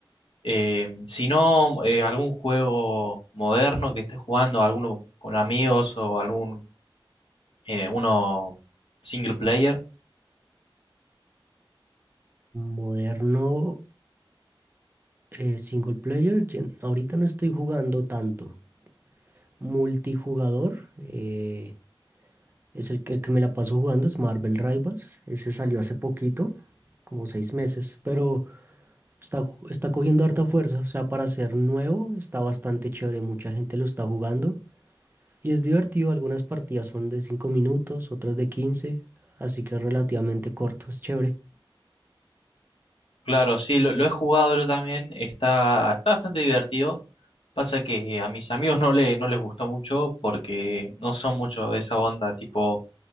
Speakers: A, on the left; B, on the right.
A: Eh, si no, eh, algún juego moderno que esté jugando, alguno con amigos o algún eh, uno single player.
B: Moderno eh, single player, gen- ahorita no estoy jugando tanto. multijugador. eh, es el que, el que me la paso jugando, es Marvel Rivals. Ese salió hace poquito, como seis meses, pero está, está cogiendo harta fuerza. O sea, para ser nuevo está bastante chévere. Mucha gente lo está jugando y es divertido. Algunas partidas son de 5 minutos, otras de quince así que es relativamente corto, es chévere.
A: Claro, sí, lo, lo he jugado yo también, está, está bastante divertido. Pasa que a mis amigos no, le, no les gustó mucho porque no son mucho de esa onda tipo